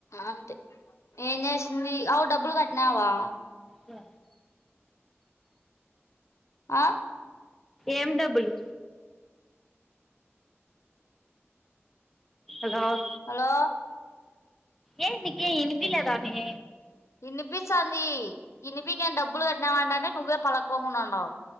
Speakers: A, on the left (about 80°); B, in the centre.
A: అంతే ఏం చేసింది ఆవు డబ్బులు కట్టినావా
B: ఆ
A: ఆ
B: ఏం డబ్బులు హలో
A: హలో
B: ఏ నికి ఇనిపిలేదానే
A: ఇనిపిస్తాది ఇనిపకి ఏం డబ్బులు కట్టినావంటటే నువ్వే పలక్కోకుండా ఉండవు